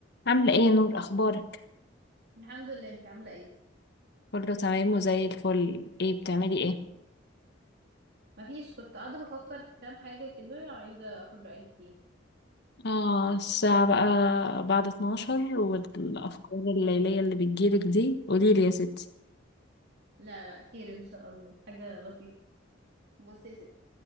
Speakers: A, on the left (about 60°); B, on the right (about 60°).
A: عاملة ايه يا نور اخبارك
B: الحمد لله انت عاملة ايه
A: كله تمام وزي الفل ايه بتعملي ايه
B: مفيش كنت قاعدة بفكر في كام حاجة كده عايزة اخد رأيك فيها
A: اه الساعة بقى بعد 12 والافكار الليلية اللي بتجيلك دي قوليلي يا ستي
B: لا لا خير ان شاء الله حاجة لطيفة بصي يا ستي